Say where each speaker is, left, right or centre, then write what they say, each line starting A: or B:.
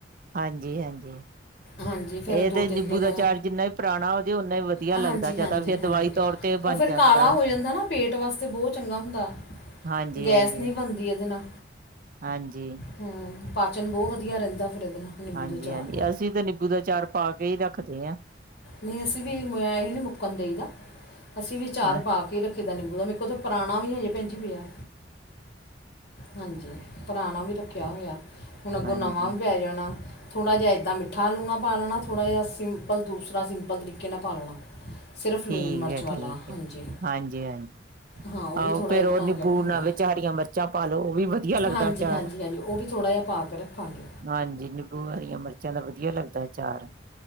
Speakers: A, on the right (about 50°); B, on the left (about 60°).
A: ਹਾਂਜੀ-ਹਾਂਜੀ,
B: ਹਾਂਜੀ ਫਿਰ
A: ਇਹ
B: ਦੋ
A: ਤੇ ਨਿੰ
B: ਤਿੰਨ ਦਿਨ
A: ਬੂ ਦਾ ਚਾਰ ਜਿੰਨਾ ਈ ਪੁਰਾਣਾ ਹੋ ਜੇ ਓਨਾ ਹੀ ਵਦੀਆ ਲੱਗਦਾ
B: ਹਾਂਜੀ
A: ਯਾ
B: ਹਾਂਜੀ
A: ਤਾ ਫੇਰ
B: ਹਾਂਜੀ
A: ਦਵਾਈ ਤੌਰ ਤੇ
B: ਉਹ
A: ਬਣ
B: ਫਿਰ
A: ਜਾਂਦਾ।
B: ਕਾਲਾ ਹੋ ਨਾ ਪੇਟ ਵਾਸਤੇ ਬੌਤ ਚੰਗਾ ਹੁੰਦਾ।
A: ਹਾਂਜੀ। ਹਾਂਜੀ
B: ਗੈਸ ਨੀ ਬਣਦੀ ਇਹਦੇ ਨਾਲ।
A: ਹਾਂਜੀ।
B: ਹੂੰ, ਪਾਚਨ ਬੌਤ ਵਦੀਆ ਰਹਿੰਦਾ, ਫਿਰ ਇਹਦੇ ਨਾਲ। ਨਿੰਬੂ
A: ਹਾਂਜੀ-ਹਾਂਜੀ,
B: ਦੇ ਅਚਾਰ ਨਾਲ
A: ਅਸੀਂ ਤਾਂ ਨਿੰਬੂ ਦਾ ਚਾਰ ਪਾ ਕੇ ਈ ਰੱਖਦੇ ਆ।
B: ਨਈ ਅਸੀਂ ਵੀ ਮਇਆ ਈ ਨੀ ਮੁੱਕਣ ਦੇਈਦਾ। ਅਸੀਂ ਵੀ ਚਾਰ
A: ਹਾਂ
B: ਪਾ ਕੇ ਈ ਰੱਖੀ ਦਾ ਨਿੰਬੂ ਦਾ, ਮੇਰੇ ਕੋਲ ਤਾਂ ਪੁਰਾਣਾ ਵੀ ਹਜੇ ਭੈਣਜੀ ਪਿਆ। ਹਾਂਜੀ, ਪੁਰਾਣਾ ਵੀ ਰੱਖਿਆ ਹੋਇਆ, ਹੁਣ ਅੱਗੋਂ
A: ਹਾਂਜੀ
B: ਨਵਾਂ ਵੀ ਪੈ ਜਾਣਾ। ਥੋੜਾ ਜਿਆ ਇੱਦਾਂ ਮਿੱਠਾ ਲੂਨਾ ਪਾ ਲੈਣਾ, ਥੋੜਾ ਜਿਆ ਸਿੰਪਲ ਦੂਸਰਾ ਸਿੰਪਲ ਤਰੀਕੇ ਨਾਲ ਪਾ ਲੈਣਾ। ਸਿਰਫ਼
A: ਠੀਕ
B: ਲੂਣ ਮਰਚ
A: ਹੈ
B: ਵਾਲਾ,
A: ਠੀਕ
B: ਹਾਂਜੀ।
A: ਹੈ ਹਾਂਜੀ ਹਾਂਜੀ
B: ਹਾਂ, ਉਹ
A: ਆਹੋ
B: ਵੀ ਥੋੜਾ
A: ਫੇਰ
B: ਜਿਆ
A: ਉਹ
B: ਬਣਾ
A: ਨਿੰਬੂ
B: ਕੇ ਰੱਖ ਲੈਣਾ,
A: ਨਾਲ ਵਿੱਚ ਹਰੀਆਂ ਮਿਰਚਾਂ ਪਾ ਲਓ ਉਹ ਵੀ ਵਧੀਆ ਲੱਗਦਾ
B: ਹਾਂਜੀ,
A: ਅਚਾਰ
B: ਹਾਂਜੀ, ਹਾਂਜੀ ਉਹ ਵੀ ਥੋੜਾ ਜਿਆ ਪਾ ਕੇ ਰੱਖਾਂਗੇ।
A: ਹਾਂਜੀ, ਨਿੰਬੂ ਵਾਲੀਆ ਮਿਰਚਾਂ ਦਾ ਵਦੀਆ ਲੱਗਦਾ ਐ ਅਚਾਰ।